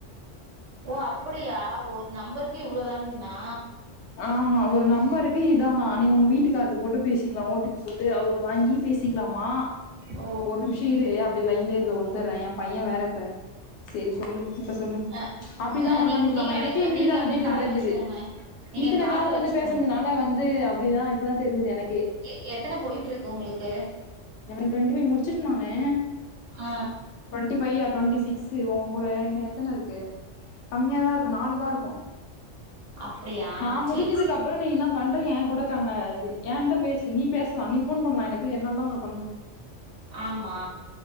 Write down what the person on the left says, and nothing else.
ஆமா ஒரு நம்பருக்கு இதானா நீ உங்க வீட்டுக்கார்து போட்டு பேசிக்லா ஓடிபி போட்டு அவ்ர்து வாங்கி பேசிக்லாமா
ஒரு நிம்ஷோ இரு அ ப்டே லைன்லே இரு தோ வந்துற்றே எ பைய வேற இப்ப செரி சொல்லு இப்ப சொல்லு
அப்டிதாமா
பண்ணிக்லாமா
எனக்கே இன்னிக்குதா
அந்த
டீட்டெல்
தெர்ஞ்சிது
இத்தன
கால் வந்து
பேசந்துனால வந்து அப்புடிதா இ ப்பா தெர்ஞ்சிது எனக்கே
எனக் ட்வெண்டி முடிச்சி இன்னொன்னு
ட்வெண்டி ஃபையி அ டொண்டி சி சி உங் கூட இன்னு எத்தன இருக்கு கம்மியா தா இருக்கு நாலு தா இருக்கோ
நா முடிச்சதுக்கப்புறோ
நீ இன்னா பண்ற ஏங்கூட <unintelligible> ஏன்ட்ட பேசு நீ பேஸ்லா நீ ஃபோன் பண்லா எனக்கு என்னால் தா உனுக்